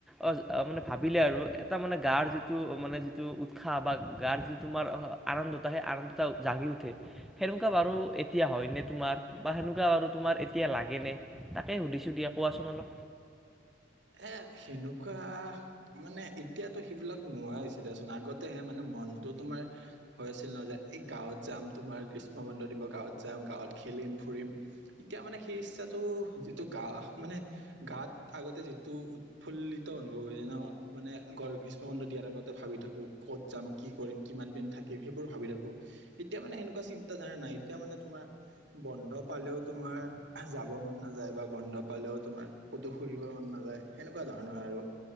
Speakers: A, in the centre; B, on the right (about 65°).
A: অ মানে ভাবিলে আৰু এটা মানে গাৰ যিটো মানে যিটো উৎসাহ বা গাৰ যিটো তোমাৰ আনন্দতা সেই আনন্দটা জাগি উঠে। সেনেকুৱা বাৰু এতিয়া হয় নে তোমাৰ বা সেনেকুৱা বাৰু তোমাৰ এতিয়া লাগে নে? তাকে সুধিছোঁ দিয়া কোৱাচোন অলপ?
B: এ সেনেকুৱা মানে এতিয়াতো সেইবিলাক নোহোৱা হৈছে দিয়াচোন আগতেহে মানে। মানে মনটো তোমাৰ,। হৈ আছিল নহয় যে এই গাঁৱত যাম তোমাৰ গ্ৰীষ্ম বন্ধ দিব গাঁৱত যাম গাঁৱত খেলিম,। ফুৰিম এতিয়া মানে সেই ইচ্ছাটো যিটো গা মানে গাঁৱত আগতে যি,। টো উৎফুল্লিত অনুভৱ হয়নে ন মানে গল গ্ৰী। ষ্ম বন্ধ দিয়াৰ আগতে ভাবি থাকো ক'ত যাম কি কৰিম কিমান দিন থাকিম সেইবোৰ ভাবি থাকো। এতিয়া মানে সেনেকুৱা চিন্তাধাৰা নাই এতিয়া মানে তোমাৰ বন্ধ পালেও তোমাৰ যাব মন নাযায় বা বন্ধ পালেও তোমাৰ ক'তো ফুৰিব মন নাযায়। সেনেকুৱা ধৰণৰ হয় আৰু